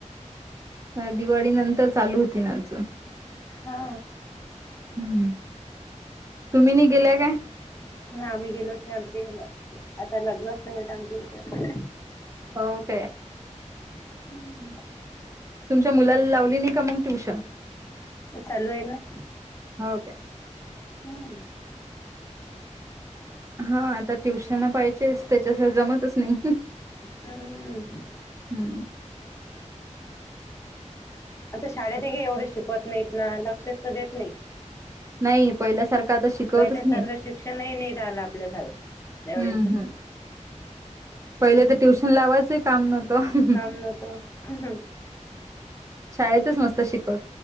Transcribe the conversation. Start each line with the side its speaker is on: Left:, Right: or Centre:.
Right: ह दिवाळी नंतर चालू होतील अर्ज.
Left: हा.
Right: हम्म. तुम्ही नाही गेल्या काय?
Left: ह आम्ही गेलोच नाही आमच्या आता लग्नच नाही येत आमच्या इ-
Right: हो काय?
Left: हम्म.
Right: तुमच्या मुलाला लावली नाही का मंग ट्युशन?
Left: चालू आहे ना.
Right: हो काय
Left: हम्म.
Right: हा आता ट्युशन पाहिजेच त्याच्यास जमतच नाही.
Left: हम्म
Right: हम्म.
Left: आता शाळेत एवढं शिकवत नाहीत ना लक्षच तर देत नाही.
Right: नाही पहिल्यासारखं. आता शिकवतच
Left: पहिल्या सर्वं
Right: नाहीत.
Left: शिक्षणही नाही रालं आपल्यास जवढस.
Right: हम्म हम्म पहिले तर ट्युशन लावायचं काम नव्हतं.
Left: काम नव्हतं
Right: शाळेतच मस्त शिक.